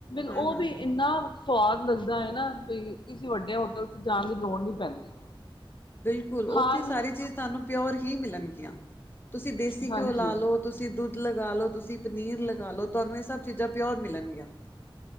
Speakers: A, on the left; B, on the left.
A: ।ਉਹ
B: ਹਾਂ, ਹਾਂ,
A: ਵੀ
B: ਹਾਂ।
A: ਇੰਨਾ ਸਵਾਦ ਲੱਗਦਾ ਹੈ ।ਨਾ ਬਈ ਕਿਸੇ ਵੱਡੇ ਹੋਟਲ ਤੇ ਜਾਣ ਦੀ ਲੋੜ ਨਹੀਂ ਪੈਂਦੀ।
B: ਬਿਲਕੁਲ,
A: ਖਾਣ
B: ਉੱਥੇ ਸਾਰੀ ਚੀਜ਼ ਤੁਹਾਨੂੰ ਪਿਓਰ ਹੀ ਮਿਲਣਗੀਆਂ। ਤੁਸੀਂ ਦੇਸੀ
A: ਹਾਂਜੀ
B: ਘਿਓ ਲਗਾ ਲੋ, ਤੁਸੀਂ ਦੁੱਧ ਲਗਾ ਲੋ, ਤੁਸੀਂ ਪਨੀਰ ਲਗਾ ਲਓ, ਤੁਹਾਨੂੰ ਇਹ ਸਭ ਚੀਜ਼ਾਂ ਪਿਓਰ ਮਿਲਣਗੀਆਂ